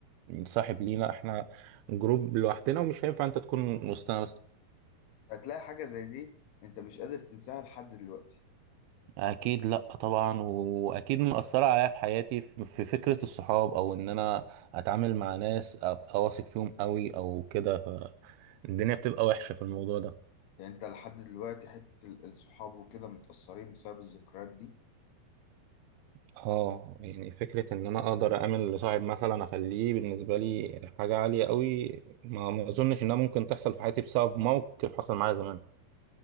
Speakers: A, on the right; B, on the left.
A: صاحب لينا احنا جروب لوحدنا ومش هينفع انت تكون وسطنا بس
B: هتلاقي حاجة زي دي انت مش قادر تنساها لحد دلوقتي
A: اكيد لا طبعا واكيد مأثرة عليا في حياتي في في فكرة الصحاب او ان انا اتعامل مع ناس ابقى واثق فيهم قوي او كده ف- الدنيا بتبقى وحشة في الموضوع ده
B: يعني انت لحد دلوقتي حتة ال- الصحاب وكده متأثرين بسبب الذكريات دي
A: اه يعني فكرة ان انا اقدر اعمل لصاحب مثلا اخليه بالنسبة لي حاجة عالية قوي ما ما اظنش انها ممكن تحصل في حياتي بسبب موقف حصل معايا زمان